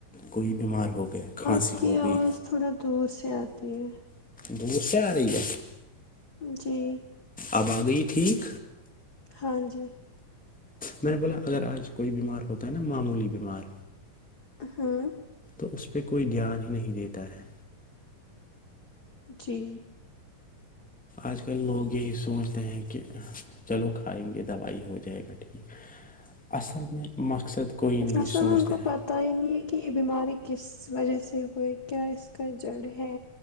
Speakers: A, in the centre; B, on the left.
A: کوئی بیمار ہو گیا کھانسی
B: آپ کی
A: ہو
B: آواز
A: گئی
B: تھوڑا دور سے آتی ہے
A: دور سے آ رہی ہے
B: جی
A: اب آ گئی ٹھیک
B: ہاں جی
A: میں نے بولا اگر آج کوئی بیمار ہوتا ہے نا معمولی بیمار
B: ہاں
A: تو اس پہ کوئی دھیان ہی نہیں دیتا ہے
B: جی
A: آج کل لوگ یہی سوچتے ہیں کہ چلو کھائیں گے دوائی ہو جائے گا ٹھیک اصل میں مقصد کوئی نہیں
B: اصل
A: سوچتا
B: میں ان کو
A: ہے
B: پتہ ہی نہیں ہے کہ یہ بیماری کس وجہ سے ہوئے کیا اس کا جڑ ہے